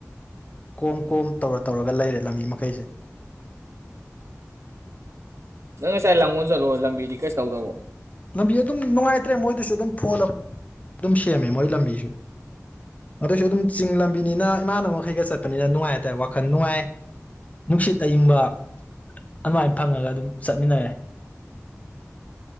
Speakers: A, on the left (about 25°); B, on the right (about 60°).
A: ꯀꯣꯝ-
B: ꯎꯝ
A: ꯀꯣꯝ ꯇꯧꯔ ꯇꯧꯔꯒ ꯂꯩꯔꯦ ꯂꯝꯕꯤ ꯃꯈꯩꯁꯦ꯫
B: ꯅꯪ ꯉꯁꯥꯏ ꯂꯥꯡꯒꯣꯜ ꯆꯠꯂꯨꯕꯗꯣ ꯂꯝꯕꯤꯗꯤ ꯀꯩꯁ ꯇꯧꯗꯕꯔꯣ?
A: ꯂꯝꯕꯤ ꯑꯗꯨꯝ ꯅꯨꯡꯉꯥꯏꯇ꯭ꯔꯦ ꯃꯣꯏꯗꯁꯨ ꯑꯗꯨꯝ ꯐꯣꯠꯂꯦ ꯑꯗꯨꯝ ꯁꯦꯝꯃꯦ ꯃꯣꯏ ꯂꯝꯕꯤꯁꯨ ꯑꯗꯨꯏꯁꯨ ꯑꯗꯨꯝ ꯆꯤꯡ ꯂꯝꯕꯤꯅꯤꯅ ꯏꯃꯥꯟꯅꯕ ꯃꯈꯩꯒ ꯆꯠꯄꯅꯤꯅ ꯅꯨꯡꯉꯥꯏ ꯍꯥꯏꯇꯥꯔꯦ ꯋꯥꯈꯜ ꯅꯨꯡꯉꯥꯏ ꯅꯨꯡꯁꯤꯠ ꯑꯏꯤꯡꯕ ꯑꯗꯨꯃꯥꯏꯅ ꯐꯪꯉꯒ ꯑꯗꯨꯝ ꯆꯠꯃꯤꯟꯅꯔꯦ꯫